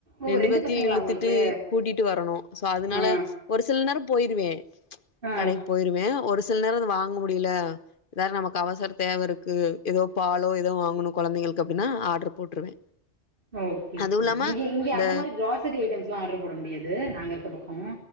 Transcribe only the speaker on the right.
ஓ
ரெண்டு பசங்களா
உங்களுக்கு
ஆ
ஆ
ஓ ஓகே சேரி
இங்கே இங்க
அந்த மாரி கிராசரி ஐட்டம்ஸ்ல்லா ஆர்டர் போட முடியாது நாங்க இருக்க பக்கோ